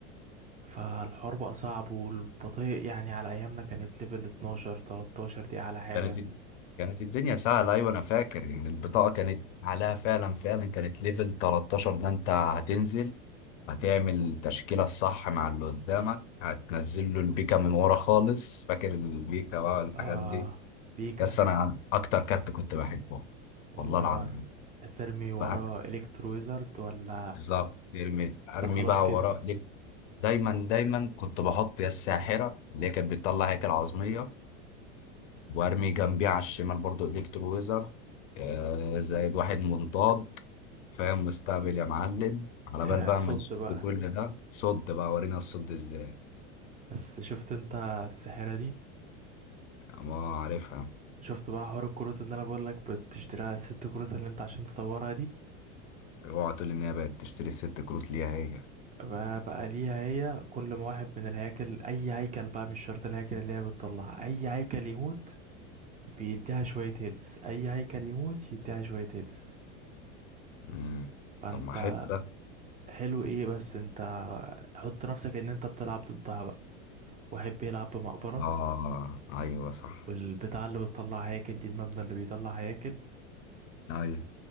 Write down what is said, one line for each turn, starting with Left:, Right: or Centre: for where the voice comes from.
Right: فالحوار بقى صعب والبطيء يعني على ايامنا كانت ليفل 12 13 دي اعلى حاجة
Left: كانت كانت الدنيا سهلة أيوة أنا فاكر إن البطاقة كانت عليها فعلا فعلا كانت ليفل 13 ده أنت هتنزل هتعمل التشكيلة الصح مع اللي قدامك هتنزل له البيكا من ورا خالص فاكر البيكا بقى والحاجات
Right: آه
Left: دي
Right: بيكا
Left: يس أنا أكتر كارت كنت بحبه
Right: والله
Left: والله العظيم
Right: وانا هترمي وراه
Left: بقى
Right: الكترو ويزرد ولا
Left: بالظبط ارمي ارمي
Right: ده خلاص
Left: بقى
Right: كده
Left: ورا ليه؟ دايما دايما كنت بحط يا الساحرة اللي هي كانت بتطلع هيكل عظمية وارمي جنبيه على الشمال برضو الكترو ويزر آه زائد واحد منطاد فاهم واستقبل يا معلم على
Right: <laughs>
Left: بال بقى
Right: صد
Left: ما يصد
Right: بقى
Left: كل ده صد بقى ورينا الصد ازاي
Right: بس شفت انت السحرة دي
Left: ما عارفها
Right: شفت بقى حوار الكروت اللي انا بقول لك بتشتريها الست كروت اللي انت عشان تطورها دي
Left: اوعى تقول ان هي بقت تشتري الست كروت ليها هي
Right: بقى بقى ليها هي كل ما واحد من الهياكل اي هيكل بقى مش شرط الهياكل اللي هي بتطلع اي هيكل يموت بيديها شوية هيلث أي هيكل يموت يديها شوية هيلث
Left: مم.
Right: فأنت
Left: طب ما حلو ده
Right: حلو إيه بس أنت حط نفسك إن أنت بتلعب ضدها بقى واحد بيلعب بمقبرة
Left: اه ايوه صح
Right: والبتاع اللي بتطلع هياكل دي المبنى اللي بيطلع هياكل
Left: ايوه